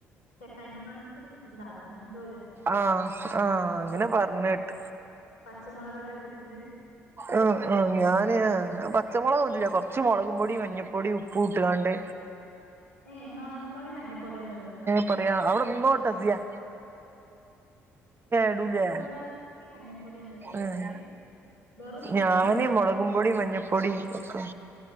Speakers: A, on the left; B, on the right.
A: കഞ്ഞി വള്ളത്തില്ണ്ടാക്ണ് എന്തോര്
B: ആഹ് ആഹ് അങ്ങനെ പറഞ്ഞേട്ട്.
A: പച്ചമൊളകൊക്കെ ഇട്ടിങ്ങാണ്ട്.
B: ആ ആ് ഞാന് പച്ചമുളകൊന്നുംല്ല കുറച്ച് മുളകും പൊടി മഞ്ഞപ്പൊടി ഉപ്പൂട്ടുങ്ങാണ്ട്
A: ഏ മൊളകും പൊടി മഞ്ഞപ്പൊടി ഒന്നും ഇടൂ
B: പസയാ അവിടെന്നോട്ടസ്യേ ഇടൂലേ
A: മൊളക് പൊടി മഞ്ഞപ്പൊടിയൊന്നും ഇടരുത്
B: ഉം
A: വെറും പച്ചമൊളക്
B: ഞാന് മുളകും
A: <unintelligible>
B: പൊടി മഞ്ഞപ്പൊടി ഒക്കെ